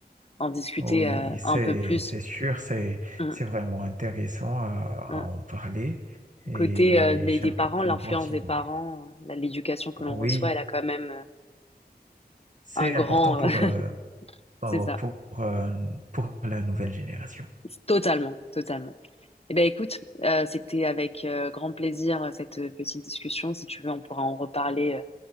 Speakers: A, on the left (about 35°); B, on the right (about 50°).
A: en discuter
B: Oui,
A: euh,
B: c'est,
A: un peu plus.
B: c'est sûr, c'est,
A: Hum,
B: c'est vraiment intéressant à,
A: hum.
B: à en parler et
A: Côté euh, des,
B: j'aimerais
A: des parents, l'influence
B: bien continuer.
A: des parents, euh, l'éducation que l'on
B: Oui,
A: reçoit, elle a quand même euh,
B: c'est
A: un grand...
B: important pour,
A: euh,
B: euh,
A: <laughs>
B: pour,
A: c'est ça.
B: pour, euh, pour la nouvelle génération.
A: Totalement, totalement. Eh ben écoute, euh, c'était avec euh, grand plaisir euh, cette euh, petite discussion. Si tu veux, on pourra en reparler